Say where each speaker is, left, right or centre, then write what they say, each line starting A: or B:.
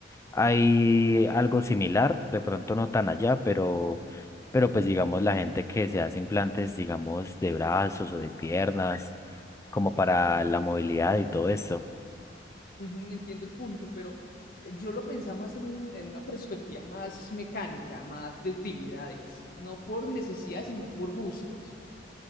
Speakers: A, on the left (about 15°); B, on the left (about 50°).
A: hay algo similar, de pronto no tan allá, pero, pero pues digamos la gente que se hace implantes, digamos, de brazos o de piernas, como para la movilidad y todo esto.
B: Ujú, entiendo el punto, pero eh, yo lo pensaba más en un- en una perspectiva más mecánica, más de utilidades, no por necesidad, sino por gustos,